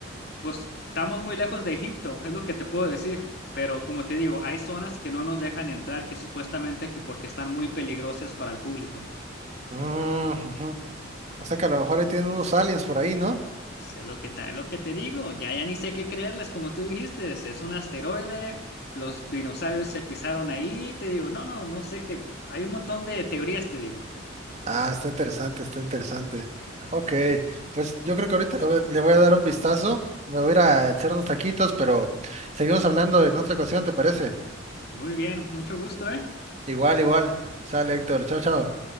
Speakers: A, on the left; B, on the right.
A: pues estamos muy lejos de Egipto, es lo que te puedo decir. Pero como te digo, hay zonas que no nos dejan entrar que supuestamente que porque están muy peligrosas para el público.
B: Mm, ujú. O sea que a lo mejor ahí tienen unos aliens por ahí, ¿no?
A: Pues, Es lo que, ta- es lo que te digo, ya, ya ni sé qué creerles, como tú dijiste, es un asteroide, los dinosaurios se pisaron ahí, te digo, no, no, no sé qué, hay un montón de teorías, te digo.
B: Ah, está interesante, está interesante. Ok, pues yo creo que ahorita le voy le voy a dar un vistazo. Me voy a ir a echar unos taquitos, pero seguimos hablando en otra ocasión, ¿te parece?
A: Muy bien, mucho gusto, ¿eh?
B: Igual, igual. Sale, Héctor. Chao, chao.